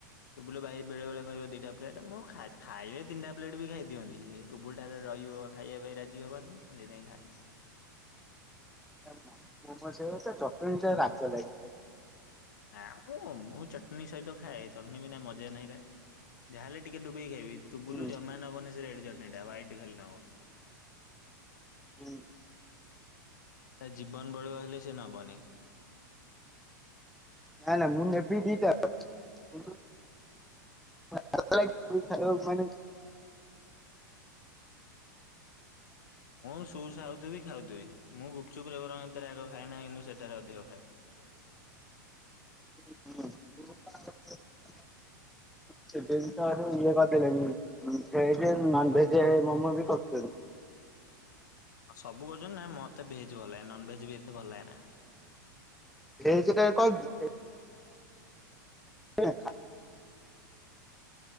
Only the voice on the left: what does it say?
ତୁବୁଲୁ ଭାଇ ବେଳେ ବଳେ ଖାଇବ ଦିଟା ପ୍ଲେଟ ମୁଁ ଖାଇଥ୍ ଖାଇଲେ ତିନିଟା ପ୍ଲେଟ ବି ଖାଇ ଦିଅନ୍ତି। ଟୁବୁଲୁ <unintelligible> ରହିଯୀବ ଖାଇବା ପାଇଁ ରାଜି ହବନି ମୁଁ ସେଇଥିପାଇଁ ଖାଏନି।
ନା ମ ମୁଁ ଚଟୁଣି ସହିତ ଖାଏ ଚଟୁଣି ବି ନା ମଜା ନାହିଁ ପା। ଯାହାହେଲେ ଟିକେ ଡୁବେଇକି ଖାଇବି ଟୁବୁଲୁ
ଜମା ନବନି ସେ ରେଡ ଚଟଣୀ ଟ ହ୍ୱାଇଟ ଖାଲି ନବ।
ତା ଜୀବନ ପଳେଇବ ହେଲେ ସେ ନବନି।
ମୁଁ ସୁ ସା ହୋଉଥିବି ଖାଉଥିବି। ମୁଁ ଗୁପଚୁପରେ ବରଂ ଏତେ ରାଗ ଖାଏ ନାହିଁ କିନ୍ତୁ ସେଟାରେ ଅଧିକ ଖାଏ।
ଆଉ ସବୁ କରୁଛନ୍ତି ନା ମତେ ଭେଜ୍ ଭଲ ଲାଗେ ନନ ଭେଜ ବି ଏତେ ଭଲ ଲାଗେ ନା।